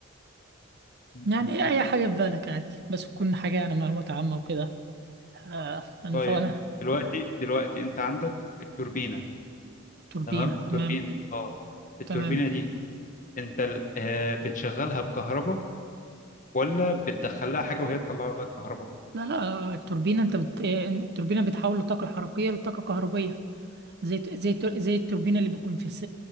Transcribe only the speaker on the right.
يعني
إيه
أي حاجة في بالك عادي بس تكون حاجة يعني معلومات عامة وكده آه أنا
طبعا
توربينة
تمام
تمام
لا لا التوربينة انت بت... آه، التوربينة بتحول الطاقة الحركية لطاقة كهربية زي زي زي التوربينة اللي بيكون في الس...